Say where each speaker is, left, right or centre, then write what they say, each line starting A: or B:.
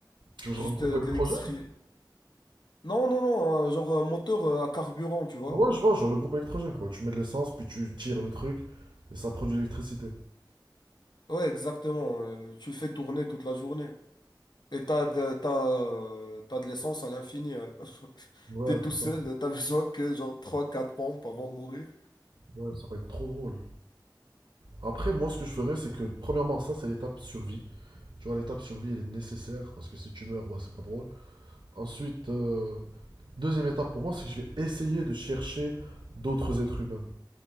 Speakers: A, on the left; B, on the right.
A: euh,
B: Tu veux que je
A: juste
B: rencontre un
A: euh,
B: groupe électrogène?
A: de l'électricité. Non, non, non, euh, genre un moteur euh, à carburant, tu vois.
B: Ouais, je vois, genre le groupe électrogène, quoi. Tu mets de l'essence, puis tu tires le truc, et ça produit de l'électricité.
A: Ouais, exactement. euh, tu le fais tourner toute la journée. Et t'as de, t'as, euh, t'as de l'essence à l'infini. euh. <laughs>
B: Ouais,
A: T'es tout
B: c'est
A: seul,
B: ça.
A: t'as besoin que genre trois quatre pompes avant de mourir.
B: Ouais, ça va être trop drôle. Après, moi, ce que je ferais, c'est que, premièrement, ça, c'est l'étape survie. Tu vois, l'étape survie, elle est nécessaire, parce que si tu meurs, bah, c'est pas drôle. Ensuite, euh, deuxième étape pour moi, c'est que je vais essayer de chercher d'autres êtres humains.